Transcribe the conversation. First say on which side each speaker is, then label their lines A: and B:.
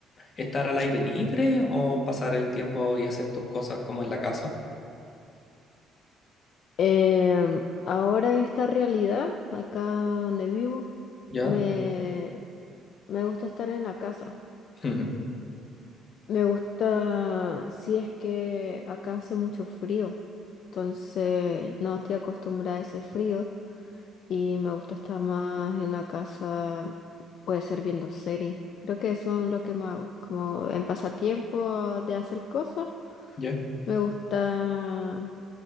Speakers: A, on the left (about 35°); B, on the left (about 55°).
A: estar al aire libre o pasar el tiempo y hacer tus cosas como en la casa?
B: em, ahora en esta realidad, acá donde vivo,
A: ¿Ya?
B: me, me gusta estar en la casa.
A: <laughs>
B: Me gusta si es que acá hace mucho frío, entonces no estoy acostumbrada a ese frío y me gusta estar más en la casa, puede ser viendo series. Creo que eso es lo que me hago, como en pasatiempo de hacer cosas,
A: ¿Ya?
B: me gusta